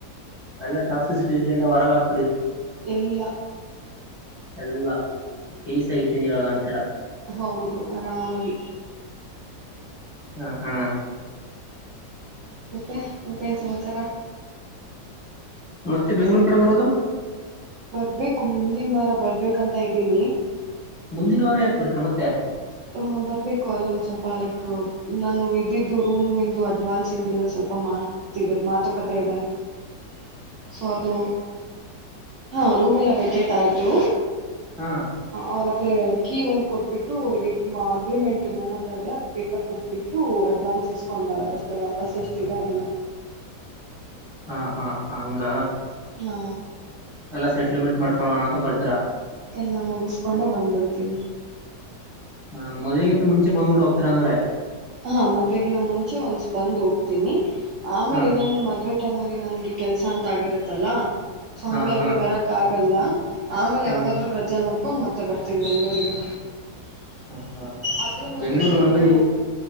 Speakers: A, in the centre; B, on the right.
A: ಎಲ್ಲ ಟಾಕ್ಸಿಸಿಟ ಎಲ್ಲ ಹೊರಗೆ ಹಾಕಿ
B: ಎಲ್ಲಾ
A: ಎಲ್ಲ ಪೀಸ್ ಆಗಿದ್ದೀನಿ ಇವಾಗ ಅಂತ
B: ಹೌದು ಆರಾಮಾಗಿ
A: ಹಾ ಹಾ
B: ಮತ್ತೆ ಮತ್ತೆ ಏನ್ ಸಮಾಚಾರ
A: ಮತ್ತೆ ಬೆಂಗಳೂರು ಕಡೆ ಬರೋದು
B: ಬರ್ಬೇಕು ಮುಂದಿನ ವಾರ ಬರ್ಬೇಕಂತ ಇದ್ದೀನಿ
A: ಮುಂದಿನ ವಾರ ಯಾಕ ಬರ್ತೀರಾ ಮತ್ತೆ
B: ಹ ಬರ್ಬೇಕು ಅಲ್ಲೊಂದ್ ಸ್ವಲ್ಪ ಲೈಕ್ ನಾನು ಇದಿದ್ದು ರೂಮ್ ಇಂದು ಅಡ್ವಾನ್ಸ್ ಹಿಂದಿದ್ದು ಸ್ವಲ್ಪ ಸ್ವಲ್ಪ ಮಾತ್ ಮಾತು ಕಥೆ ಇದೆ
A: ಹ <inaudible>
B: ಸೊ ಅದು ಹ ರೂಮ್ ಎಲ್ಲ ವೇಕೆಂಟ್ ಆಯ್ತು
A: ಹಾ
B: ಅವ್ರದ್ದೇ ಕೀ ಒಂದು ಕೊಟ್ಬಿಟ್ಟು ಅವ್ರಿಗೆ ಅಗ್ರಿಮೆಂಟ್ ನನ್ನ ಹತ್ರ ಇದೆ ಅದು ಪೇಪರ್ ಕೊಟ್ಬಿಟ್ಟು ಅಡ್ವಾನ್ಸ್ ಇಸ್ಕೊಂದು ಬರೋದು ಅದಷ್ಟೇ ವಾಪಸ್ ಎಸ್ಟ್ ಇದೆ ಅದನ್ನ
A: ಹಾ ಹಾ ಹಂಗ
B: ಹಾ
A: ಎಲ್ಲಾ ಸೆಟ್ಲ್ಮೆಂಟ್ ಮಾಡಿಕೊಳೋಣ ಅಂತ ಬರ್ತೀರಾ
B: ಎಲ್ಲ ಮುಗಿಸಕೊಂಡು ಬಂದ್ಬಿಡ್ತೀನಿ
A: ಹಾ ಮದುವೆಗೀನ ಮುಂಚೆ ಬಂದ್ಬಿಟ್ಟು ಹೋಗ್ತಿರಾ ಅಂಗರೇ
B: ಹಾ ಮದ್ವೆಗ ನ ಮುಂಚೆ ಒಂದ್ ಬಂದ್ ಹೋಗ್ತೀನಿ ಆಮೇಲೆ
A: ಹಾ
B: ಇನ್ನೊಂದು ಮದ್ವೆ ಟೈಮ್ಲ್ ನನ್ಗೆ ಕೆಲ್ಸ ಅಂತ ಆಗಿರತ್ತಲ್ಲ ಸೊ
A: ಹಾ
B: ಹಂಗಾಗಿ
A: ಹಾ
B: ಬರಕ್ ಆಗಲ್ಲ ಆಮೇಲೆ
A: ಹಾ
B: ಯಾವಾಗಾದ್ರೂ ರಜೆಾ ನೋಡ್ಕೊಂಡು ಮತ್ತೆ ಬರ್ತೀನಿ ಬೆಂಗ್ಳೂರಿಗೆ
A: ಹಾ ಹಾ
B: ಅದರ ಮುಂದಿನ
A: ಬೆಂಗಳೂರು
B: ತಿಂಗಳು
A: ಹಂಗ ಈ-